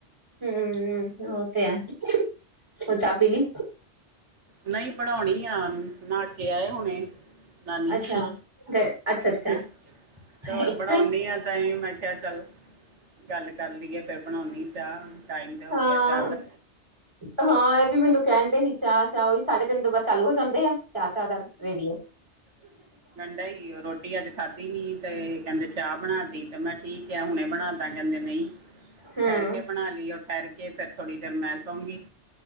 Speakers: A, on the right; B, on the right.
A: ਹੂ, ਓ ਤੇ ਹੈ, ਹੋਰ ਚਾਹ ਪੀਲੀ?
B: ਨਹੀਂ ਬਨਾਉਣੀ ਆ, ਨਾ ਕੇ ਆਏ ਹੁਣੇ। ਨਾ ਨੀ
A: ਅੱਛਾ
B: ਸੀ।
A: ਡ ਅੱਛਾ ਅੱਛਾ
B: ਤੇ, ਤੇ
A: ਹਾਂ
B: ਬਣਾਉਨੀ ਆ ਤਾਂਂ ਮੈਂ ਕਿਹਾ ਚੱਲ, ਗੱਲ ਕਰ ਲਈਏ, ਫਿਰ ਬਣਾਉਨੀ ਚਾਹ, ਟਾਈਮ ਤੇ ਹੋ
A: ਹਾਂ
B: ਗਿਆ ਚਾਹ ਦਾ।
A: ਹਾਂ, ਇਹ ਵੀ ਮੈਨੂੰ ਕਹਿਣ ਡਏ ਹੀ, ਚਾਅ-ਚਾਅ ਉਹੀ ਸਾਢੇ ਤਿੰਨ ਤੋਂ ਬਾਦ ਚਾਲੂ ਹੋ ਜਾਂਦੇ ਆ। ਚਾਅ, ਚਾਅ ਦਾ ਰੇਡੀਓ।
B: ਕਿੰ ਰੋਟੀ ਅੱਜ ਖਾਧੀ ਨੀ, ਤੇ ਕਹਿੰਦੇ ਚਾਆ ਬਣਾ ਦੀ ਤੇ ਮੈਂ ਠੀਕ ਆ, ਹੁਣੇ ਬਣਾਦਾ, ਕਹਿੰਦੇ ਨਹੀਂ।
A: ਹਮ
B: ਠਹਿਰ ਕੇ ਬਣਾ ਲਈ, ਉਹ ਠਹਿਰ ਕੇ, ਫੇਰ ਥੋੜ੍ਹੀ ਦੇਰ ਮੈਂ ਸੌਗੀ।